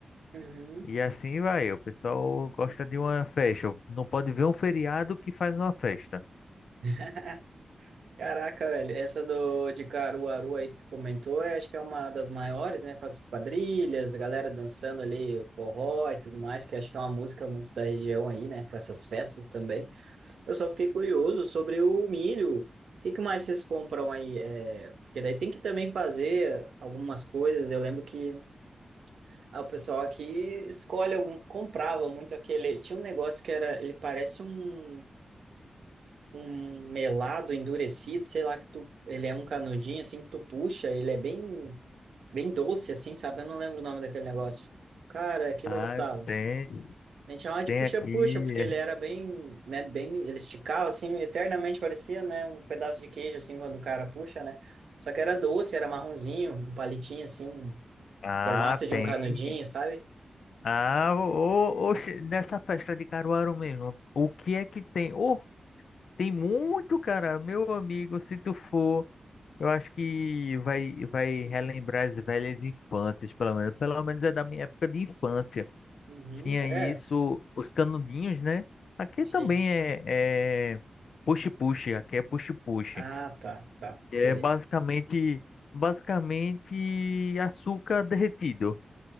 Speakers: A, on the right; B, on the left.
A: uhum.
B: E assim vai, o pessoal gosta de uma festa. Não pode ver um feriado que faz uma festa.
A: <laughs> Caraca, velho, essa do de Caruaru aí que tu comentou, eu acho que é uma das maiores, né, com as quadrilhas, a galera dançando ali o forró e tudo mais, que eu acho que é uma música muito da região aí, né, para essas festas também. Eu só fiquei curioso sobre o milho. O que que mais vocês compram aí? É, porque daí tem que também fazer algumas coisas. Eu lembro que ah, o pessoal aqui escolhe algum, comprava muito aquele. Tinha um negócio que era, ele parece um, um melado endurecido, sei lá que tu, ele é um canudinho assim que tu puxa, ele é bem bem doce assim, sabe? Eu não lembro o nome daquele negócio. Cara, aquilo
B: Ah,
A: eu gostava.
B: tem,
A: A gente chamava de
B: tem
A: puxa-puxa,
B: aqui.
A: porque
B: é.
A: ele era bem, né, bem, ele esticava assim, eternamente parecia, né, um pedaço de queijo assim quando o cara puxa, né? Só que era doce, era marronzinho, um palitinho assim,
B: Ah,
A: formato de
B: tem.
A: um canudinho, sabe?
B: Ah, ô, ô, oxe, nessa festa de Caruaru mesmo, o que é que tem? Oh, tem muito, cara, meu amigo, se tu for, eu acho que vai, vai relembrar as velhas infâncias, pelo menos, pelo menos é da minha época de infância.
A: Uhum,
B: Tinha isso,
A: é,
B: os canudinhos, né? Aqui
A: sim.
B: também é, é puxe-puxe, aqui é puxe-puxe.
A: Ah, tá, tá,
B: É
A: beleza.
B: basicamente, basicamente açúcar derretido,